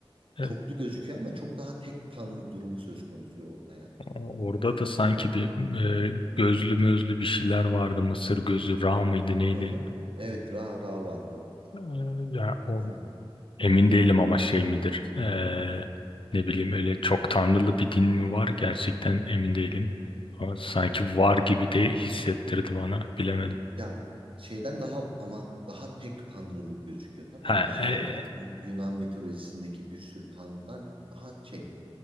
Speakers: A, on the right; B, on the left.
A: çoklu
B: e,
A: gözüküyor ama çok daha tek tanrı durumu söz konusu orada yani.
B: orada da sanki bir e, gözlü mözlü bir şeyler vardı. Mısır gözü Ra mıydı neydi?
A: Hı hı. Evet Ra Ra vardı orada da.
B: E, ya o
A: Hı
B: emin değilim ama şey midir? E, ne bileyim öyle çok tanrılı bir din mi var? Gerçekten emin değilim. Ama sanki
A: hı.
B: var gibi de hissettirdi bana. Bilemedim.
A: Ya şeyden daha ama daha tek tanrılı gözüküyor tamam
B: Ha,
A: mı? Şeydeki
B: e, e,
A: Yu- Yunan mitolojisindeki bir sürü tanrıdan daha şey